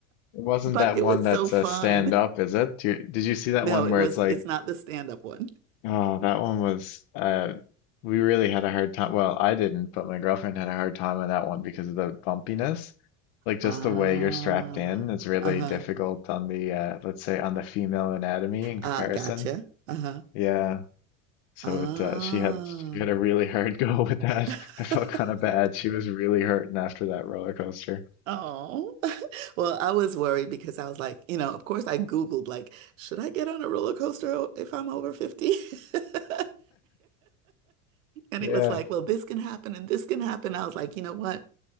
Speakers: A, on the left; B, on the right.
A: It wasn't
B: But
A: that
B: it
A: one
B: was
A: that's
B: so fun.
A: uh, stand up, is it? Do you, did you see that
B: No,
A: one
B: it
A: where
B: was
A: it's like,
B: it's not the stand-up one.
A: oh, that one was, uh, we really had a hard time. Well, I didn't, but my girlfriend had a hard time on that one because of the bumpiness. Like just
B: Ah,
A: the way you're strapped in is really
B: uh-huh.
A: difficult on the, uh, let's say, on the female anatomy in
B: Uh,
A: comparison.
B: gotcha. Uh-huh.
A: Yeah. So
B: Ah.
A: it, uh, she had she had a really hard <laughs> go with that.
B: <laughs>
A: <laughs> I felt kind of bad. She was really hurting after that roller coaster.
B: Oh. Well, I was worried because I was like, you know, of course I Googled like, should I get on a roller coaster o- if I'm over 50? <laughs> And
A: Yeah.
B: it was like, well, this can happen and this can happen. I was like, you know what?